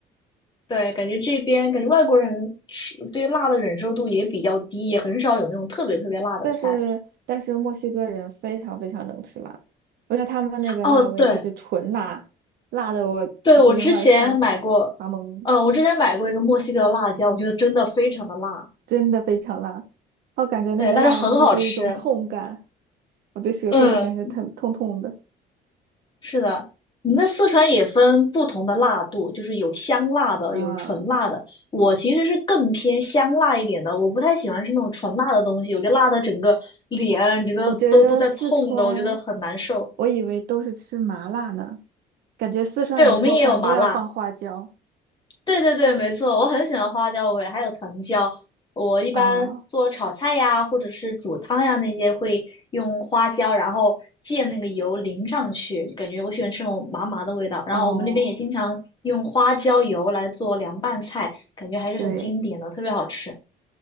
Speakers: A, on the left; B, on the right.
A: 对，感觉这边感觉外国人吃对辣的忍受度也比较低，也很少有那种特别特别辣的菜。
B: 但是但是墨西哥人非常非常能吃辣，而且他们那个辣味就是纯辣，
A: 哦，对
B: 辣的我两耳发
A: 对，我之前买过，
B: 发懵，
A: 呃，我之前买过一个墨西哥的辣椒，我觉得真的非常的辣，
B: 真的非常辣。我感觉那个辣就是一种痛感，
A: 对，但是很好吃。
B: 我的舌头就感觉疼痛痛的
A: 嗯，是的，我们在四川也分不同的辣度，就是有香辣的，
B: 啊。
A: 有纯辣的。我其实是更偏香辣一点的，我不太喜欢吃那种纯辣的东西，我觉得辣的整个脸整个都都在痛的，
B: 我觉得四川，
A: 我觉得很难受。
B: 我以为都是吃麻辣呢，感觉四川人做饭都要放花椒
A: 对，我们也有麻辣。对对对，没错，我很喜欢花椒味，还有藤椒。我一般做炒菜呀，
B: 啊。
A: 或者是煮汤呀那些，会用花椒，然后借那个油淋上去，感觉我喜欢吃那种麻麻的味道。然后我们那边也经常用花椒油来做凉拌菜，
B: 哦，
A: 感觉还是很经典的，
B: 对。
A: 特别好吃。啊